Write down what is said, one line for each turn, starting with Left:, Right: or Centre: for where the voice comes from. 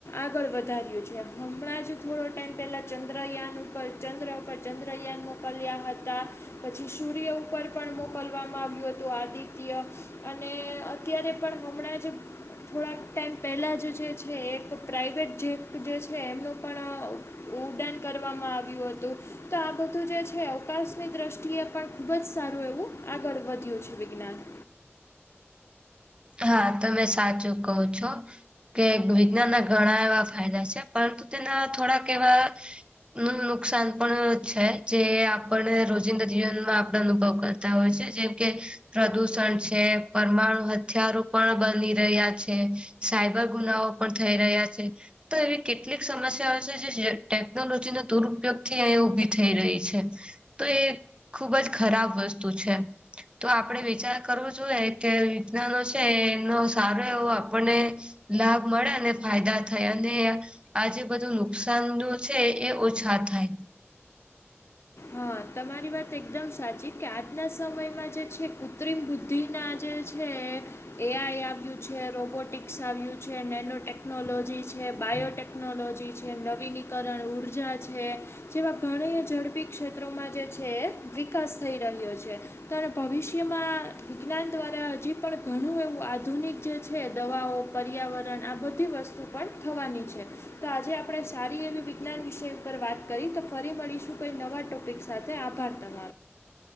Left: આગળ વધાર્યું છે. હમણાં જ થોડો ટાઈમ પહેલાં ચંદ્રયાન ઉપર ચંદ્ર ચંદ્રયાન મોકલ્યા હતા પછી સૂર્ય ઉપર પણ મોકલવામાં આવ્યું હતું, આદિત્ય અને અત્યારે પણ હમણાં જ થોડાક ટાઈમ પહેલાં જ જે છે એક પ્રાઇવેટ જેપ જે છે એમનો પણ ઉડાન કરવામાં આવ્યું હતું તો આ બધું જે છે અવકાશની દ્રષ્ટિએ પણ ખૂબ જ સારું એવું આગળ વધ્યું છે. વિજ્ઞાન
Right: હા, તમે સાચું કહો છો કે વિજ્ઞાનના ઘણા એવા ફાયદા છે, પરંતુ તેના થોડાક એવા નું નુકસાન પણ છે, જે આપણે રોજિંદા જીવનમાં આપણા અનુભવ કરે હોય છે, જેમ કે પ્રદુષણ છે પરમાણુ હથિયારો પણ બની રહ્યા છે સાયબર ગુનાઓ પણ થઈ રહ્યા છે. તો એવી કેટલીક સમસ્યાઓ છે જે જે ટેકનોલોજીના દુરુપયોગ થી અહીંયા ઉભી થઈ રહી છે. તો એ ખુબ જ ખરાબ વસ્તુ છે. તો આપડે વિચાર કરવો જોઈએ કે વિજ્ઞનો છે એનો સારો એવો આપણને લાભ મળે અને ફાયદા થાય અને આજે બધું નુકસાન નુ છે એ ઓછા થાય
Left: હા તમારી વાત એકદમ સાચી કે આજના સમયમાં જે છે કૃત્રિમ બુદ્ધિ ના જે છે. એ આઈ આવ્યું છે રોબોટિકસ આવ્યું છે નેનો ટેકનોલોજી છે બાયોટેક ટેકનોલોજી છે નવીનીકરણ ઉર્જા છે જેવા ઘણી ઝડપી ક્ષેત્રોમાં જે છે એ વિકાસ થઈ રહ્યો છે. ભવિષ્યમાં વિજ્ઞાન દ્વારા હજી પણ ઘણું એવું આધુનિક જે છે દવાઓ પર્યાવરણ આ બધી વસ્તુ પણ થવાની છે. તો આજે આપણે સારી એવી વિજ્ઞાન વિષય ઉપર વાત કરી તો ફરી મળીશું કઈ નવા ટોપિક સાથે આભાર તમા